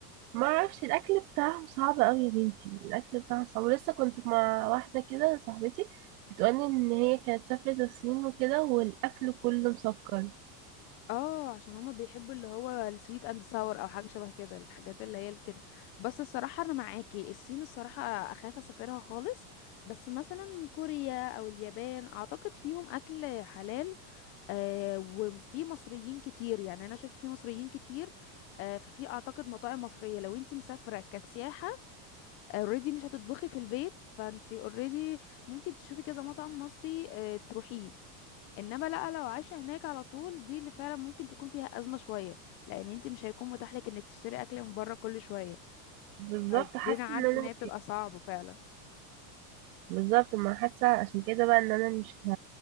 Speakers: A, on the right (about 70°); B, on the left (about 30°).
A: ما اعرفش الاكل بتاعهم صعب قوي يا بنتي الاكل بتاعهم صعب ولسه كنت مع واحده كده صاحبتي بتقولي ان هي كانت سافرت الصين وكده والاكل كله مسكر
B: اه عشان هما بيحبوا اللي هو السويت اند ساور او حاجه شبه كده الحاجات اللي هي كده بس الصراحه انا معاكي الصين الصراحه اخاف اسافرها خالص بس مثلا كوريا او اليابان اعتقد فيهم اكل حلال آه وفي مصريين كتير يعني انا شفت في مصريين كتير آه ففي اعتقد مطاعم مصريه لو انت مسافره كسياحه اوريدي مش هتطبخي في البيت فانت اوريدي ممكن تشوفي كذا مطعم مصري آه تروحيه انما لا لو عايشه هناك على طول دي اللي فعلا ممكن تكون فيها ازمه شويه لان انت مش هيكون متاح لك انك تشتري اكل من بره كل شويه
A: بالظبط
B: فدينا
A: حاسه
B: عارفه
A: ان انا
B: ان هي بتبقى صعبه فعلا
A: بالظبط ما حاسه عشان كده بقى ان انا مش ه...